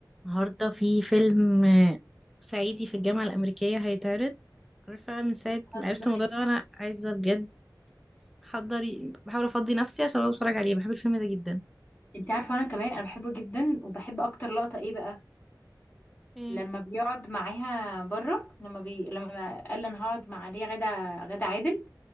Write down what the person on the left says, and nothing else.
بتهزري
انت عارفه انا كمان انا بحبه جدا وبحب اكتر لقطه ايه بقى
لما بيقعد معاها بره لما بي... لما قال لها انا هقعد مع ليا غدا غدا عادل